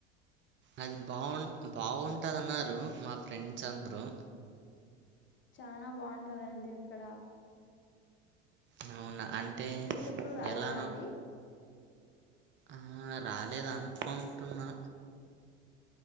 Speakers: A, on the right; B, on the left.
A: అది బావన్ బాగుంటదన్నారు మా ఫ్రెండ్స్ అందరూ
B: చానా బాగుంటందండి అక్కడ
A: నౌన అంటే
B: మీరెప్పుడు రాలేదా
A: ఎలానో
B: అండి
A: ఆ రాలేదనుకుంటున్నా